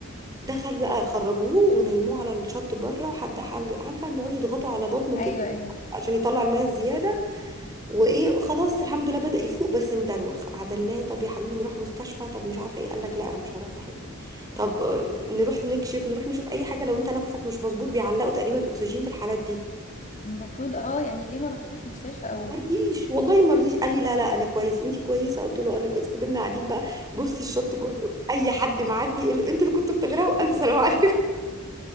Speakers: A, on the right; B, on the left.
A: دخل بقى خرجوه ونيموه على الشط بره وحد حال- عارفه بيقعدوا يضغطوا على بطنه كده
B: ايوه ايوه
A: عشان يطلع الميه الزياده وايه خلاص الحمد لله بدأ يفوق بس مدروخ عدلناه طب يا حبيبي نروح مستشفى طب مش عارفه ايه قال لك لا انا مش هروح في حته طب آه، نروح نكشف نروح نشوف اي حاجه لو انت نفسك مش مظبوط بيعلقوا تقريبا اكسجين في الحالات دي
B: المفروض اه يعني ليه ما رحتوش مستشفى او
A: مرضيش والله مرضيش قال لي لا لا انا كويس انت كويسه قلت له انا كويس فضلنا قاعدين بقى بصي الشط كله اي حد معدي يقول انتوا اللي كنتوا بتغرقوا الف سلام عليكم